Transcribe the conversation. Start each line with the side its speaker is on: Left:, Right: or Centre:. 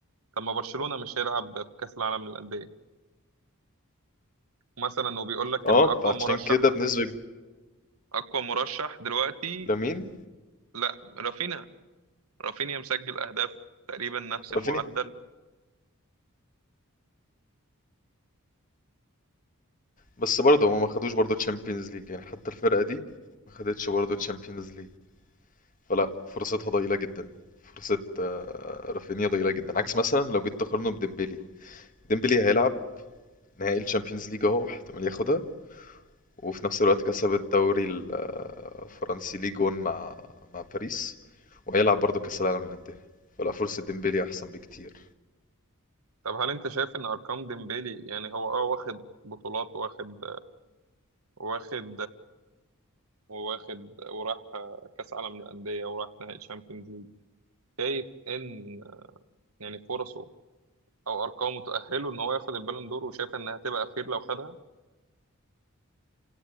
Right: طب ما برشلونه مش هيلعب في كاس العالم للانديه مثلا وبيقول لك
Left: اه
Right: ان اقوى
Left: فعشان
Right: مرشح
Left: كده بنسبه
Right: اقوى مرشح دلوقتي
Left: لمين
Right: لا رافينيا رافينيا مسجل اهداف تقريبا نفس المعدل
Left: رافينيا بس برضه هما ما خدوش برضه تشامبيونز ليج يعني حتى الفرقه دي ما خدتش برضه تشامبيونز ليج فلا فرصتها ضئيلة جدا فرصة آه، رافينيا ضئيلة جدا عكس مثلا لو جيت تقارنه بديمبلي ديمبلي هيلعب نهائي الشامبيونز ليج اهو احتمال ياخدها وفي نفس الوقت كسب الدوري ال- آه، الفرنسي ليج 1 مع مع باريس وهيلعب برضه كأس العالم للأندية فلا فرصة ديمبلي أحسن بكتير
Right: طب هل انت شايف ان ارقام ديمبيلي يعني هو اه واخد بطولات واخد واخد واخد وراح كاس عالم للانديه وراح نهائي تشامبيونز ليج شايف ان يعني فرصه او ارقامه تؤهله ان هو ياخد البالون دور وشايف انها هتبقى خير لو خدها